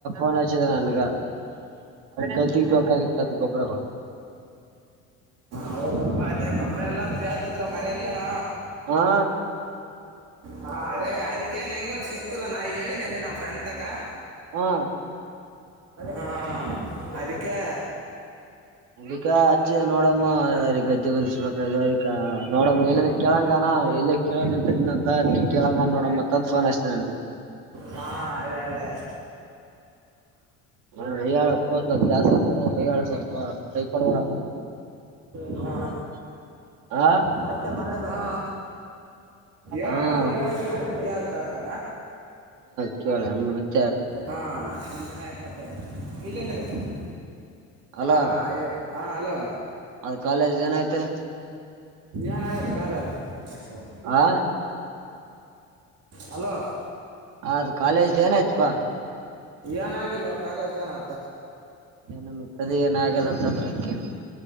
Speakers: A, on the right (about 85°); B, on the right (about 55°).
A: ೋನ್ ಹಚ್ಚಿದ ನನ್ಗ ಪಕ್ಕತ್ತ ತದು ಗೊಬ್ಬರ ಹ
B: ಹೌಮ್ಮ ಅದೇ ಕಪ್ಡ ಎಲ್ಲಾ ಸೇತಕ್ರ ಮನೆಯಲ್ಲನ
A: ಹಾ
B: ಹಾ ಅದೇ ಅದಕ್ಕೆ ನಿಮ್ಗೊನ್ ಸಿತಿಲ್ಲ ನಾ ಹೇಳಿನನೆ ಅಲ್ಲಿ ನಮ್ಮ ಫ್ರಂಡ್ ತಕ
A: ಹಾ
B: ಹ ಅದಕ್ಕೆ
A: ಅವಗ ಅಚ್ಚಿ ನೋಡಮ್ಮ ಗದ್ದೆಗೊಂದಿಸ್ಬೇಕ್ರ ಅವ ನೋಡಮ್ಮ ಎಲ್ಲಿನ ಕೆಳಂಗಾನ ಎಲ್ಲಿ ಕೆೇಳಂಗಂತ ಕೆಳಂಗ ನೋಡ ಮತ್ತಂತ ಫೋನ್ ಆ್ತ ನನ್ಗೆ
B: ಹಾ ಅದ ಅದ
A: ಹಳ ಪ ಜಸ್ ಮಾಡ ಕೈಯಾಳ ಸ್ವಲ್ಪ ಕೈಪಡುವಡ
B: ನಮ
A: ಆ
B: ಮ ಮಾ ಏಣ
A: ಹಾ
B: ಳ ಏ ಕೇತಾನು
A: ಕೇಳಿ
B: ಹಾ ಕಪ್ಲೀಟ್ ಆಯ್ತು ಬರ್ತದೆ ಇಲ್ಲೆಲ್ಲ ಕೃಷ್ಣ
A: ಅಲ್ಲಾ
B: ಹಾ ಹಾ ಅಲೋ
A: ಅದ್ ಕಾಲೇಜ್ ಏನೈತೆ
B: ಏನ್ಾಗಿ್ರ ಕಾಲ ಅ ಓ
A: ಆ
B: ಹಲೋ
A: ಅದು ಕಾಲೇಜ್ದ ಏನ ಆಯ್ತಪಾ
B: ಏನಾಗಿಲ್ ಕಾಲೇಜ್ ಏನ್ದ
A: ಏನ ಮತ್ತದ ಏನ ಆಗದ ಅಂತಂದ್ರೆ ಅದ್ಕೇನ್